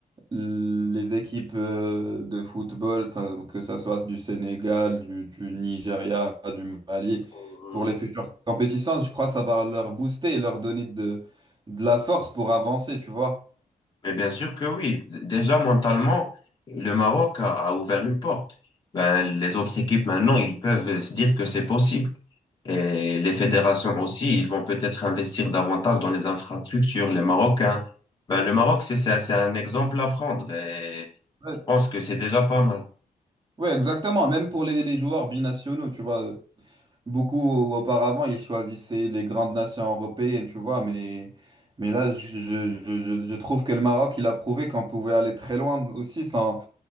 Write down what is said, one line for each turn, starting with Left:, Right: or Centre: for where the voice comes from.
Right: les équipes euh, de football, que, que ça soit du Sénégal, du, du Nigeria, du Mali,
Left: Euh,
Right: pour les futures compétitions, je crois que ça va leur booster et leur donner de, de la force pour avancer, tu vois.
Left: Mais bien sûr que oui, D- déjà mentalement, le Maroc a, a ouvert une porte. Ben, les autres équipes maintenant, ils peuvent se dire que c'est possible. Et les fédérations aussi, ils vont peut-être investir davantage dans les infrastructures. Les Marocains, ben, le Maroc, c'est c'est- un c'est un exemple à prendre et
Right: Ouais,
Left: je pense que c'est déjà pas mal.
Right: Ouais, exactement. Même pour les, les joueurs binationaux, tu vois. Beaucoup auparavant, ils choisissaient les grandes nations européennes, tu vois. Mais, mais là, je, je, je, je je trouve que le Maroc, il a prouvé qu'on pouvait aller très loin aussi sans,